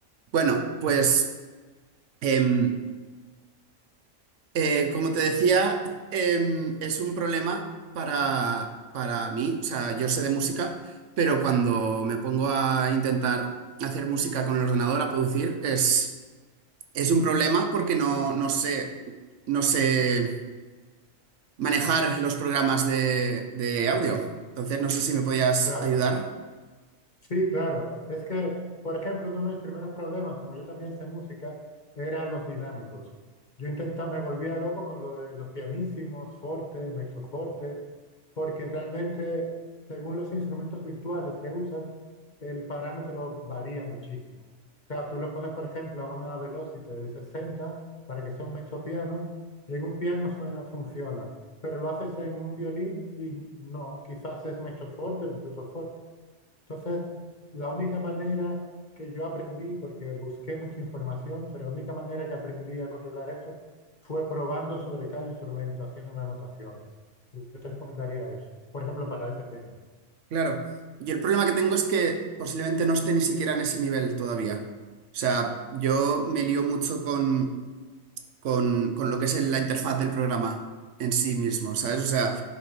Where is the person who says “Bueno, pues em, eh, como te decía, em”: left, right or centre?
Right